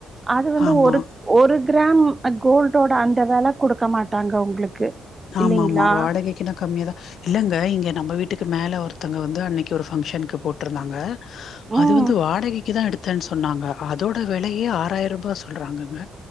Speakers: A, on the right; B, on the left.
A: அது வந்து
B: ஆமா.
A: ஒரு ஒரு கிராம் கோல்டோட அந்த வெல குடுக்க மாட்டாங்க உங்களுக்கு இல்லைங்களா
B: ஆமாமா வாடகைக்குனா கம்மியாதா இல்லங்க இங்கே நம்ப வீட்டுக்கு மேலே ஒருத்தவங்க வந்து அன்னைக்கு ஒரு ஃபங்க்ஷனுக்கு போட்டுருந்தாங்க
A: ம்
B: அது வந்து வாடகைக்கு தா எடுத்தேன்னு சொன்னாங்க அதோட வெலையே ஆறாயிரூபா சொல்றாங்கங்க